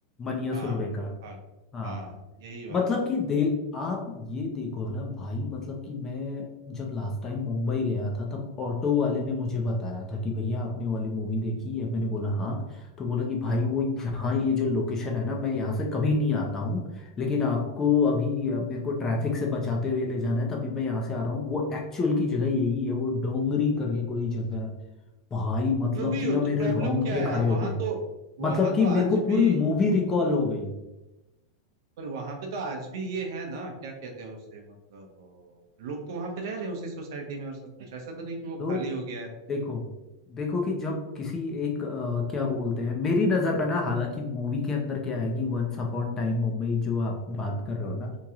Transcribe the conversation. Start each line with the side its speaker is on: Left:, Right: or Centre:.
Left: मन्या
Right: हाँ
Left: सुरभि
Right: वो
Left: का
Right: भाग
Left: हाँ
Right: हाँ यही बात
Left: मतलब
Right: है
Left: कि देख आप ये देखो ना भाई मतलब कि मैं जब लास्ट टाइम मुंबई गया था तब ऑटो वाले ने मुझे बताया था कि भैया आपने वाली मूवी देखी है मैंने बोला हाँ तो बोला कि भाई वो यहाँ ये जो लोकेशन है ना मैं यहाँ से कभी नहीं आता हूँ लेकिन आपको अभी अ, मेरे को ट्रैफिक से बचाते हुए ले जाना है तभी मैं यहाँ से आ रहा हूँ वो एक्चुअल की जगह यही है वो डोंगरी करके कोई जगह है भाई मतलब
Right: तो भी
Left: कि
Right: हो
Left: ना मेरे
Right: तो प्रॉब्लम
Left: रोंगटे
Right: क्या है
Left: खड़े
Right: वहां
Left: हो गए
Right: तो
Left: मतलब
Right: वहां
Left: कि
Right: तो
Left: मेरे
Right: आज
Left: को पूरी
Right: भी
Left: मूवी रिकॉल हो गई
Right: पर वहां पे तो आज भी ये है ना क्या कहते हैं उसे मतलब अ, लोग तो वहां पे रह रहे हैं उसी सोसाइटी में और सब कुछ ऐसा तो नहीं कि वो
Left: तो
Right: खाली हो गया है
Left: देखो देखो कि जब किसी एक अ, क्या बोलते हैं मेरी नज़र में ना हालांकि मूवी के अंदर क्या है कि वंस अपॉन टाइम मुंबई जो आप बात कर रहे हो ना